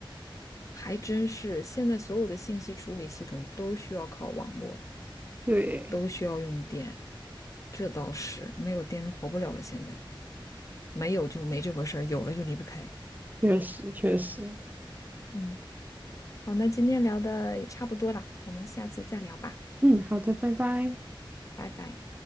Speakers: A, on the left; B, on the right.
A: 还真是。现在所有的信息处理系统都需要靠网络，
B: <laughs> 对，
A: 都需要用电，这倒是没有电人活不了了。现在没有就没这回事儿，有了就离不开。
B: 确实确实，
A: 嗯。好，那今天聊的也差不多了，我们下次再聊吧，
B: 嗯，好的，拜拜。
A: 拜拜。